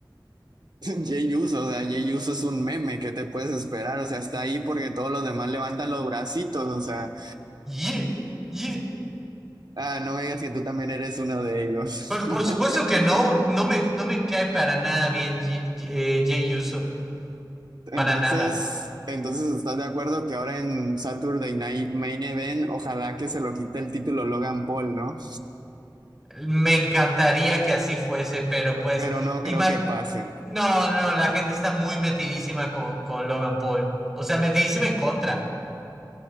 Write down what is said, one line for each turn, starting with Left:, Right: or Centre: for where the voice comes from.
Right: <laughs> Jay Uso, o sea, Jay Uso es un meme, ¿qué te puedes esperar? O sea, está ahí porque todos los demás levantan los bracitos, o sea,
Centre: Ye- ye.
Right: ah, no me digas que tú también eres uno de ellos.
Centre: Pero
Right: <laughs>
Centre: por supuesto que no, no me, no me cae para nada bien Ye- Ye- eh, Jey Uso,
Right: Entonces,
Centre: para nada.
Right: entonces, ¿estás de acuerdo que ahora en Saturday Night Main Event, ojalá que se lo quite el título Logan Paul, ¿no?
Centre: Me encantaría que así fuese, pero
Right: <laughs>
Centre: pues,
Right: Pero no
Centre: ima-
Right: creo que pase.
Centre: no, no, la gente está muy metidísima con, con Logan Paul. O sea, metidísima en contra.